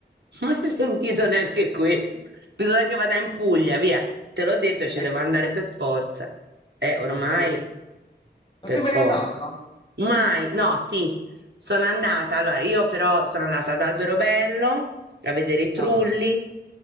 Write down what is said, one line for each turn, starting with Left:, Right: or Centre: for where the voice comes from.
Right: <laughs> Non hai sentito neanche questo. Bisogna che vada in Puglia, via. Te l'ho detto, ci
Left: Eh,
Right: devo andare per forza. Eh, ormai
Left: no, devi andare. Non
Right: per
Left: sei
Right: forza.
Left: mai andata?
Right: Mai, no, sì, sono andata. Allora, io però sono andata ad Alberobello a vedere i trulli
Left: Ah,